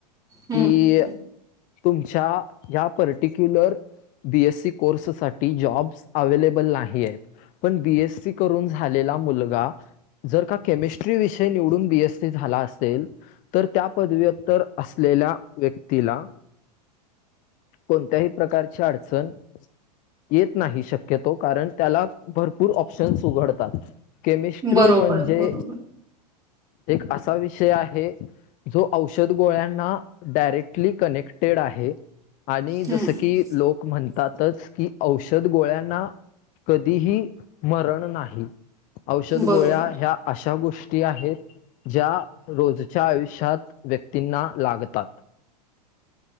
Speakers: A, on the right; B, on the left.
A: हम्म
B: की
A: हं.
B: तुमच्या ह्या पर्टिक्युलर बीएससी कोर्ससाठी जॉब्स अवेलेबल नाहीयेत, नाही पण बीएस सी करून झालेला मुलगा जर का केमिस्ट्री विषय निवडून बीएससी झाला असेल तर त्या पदवीत्तर असलेल्या व्यक्तीला कोणत्याही प्रकारच्या अडचण येत नाही शक्यतो. कारण त्याला भरपूर ऑप्शन्स उघडतात. केमिस्ट्री
A: बरोबर,
B: म्हणजे
A: बरोबर.
B: एक असा विषय आहे, जो औषध गोळ्यांना डायरेक्ट ली कनेक्टेड आहे आणि
A: हं,
B: जसं की लोक म्हणतातच, की औषध गोळ्यांना कधीही मरण नाही. औषध
A: बरोबर.
B: गोळ्या ह्या अशा गोष्टी आहेत, ज्या रोजच्या आयुष्यात व्यक्तींना लागतात.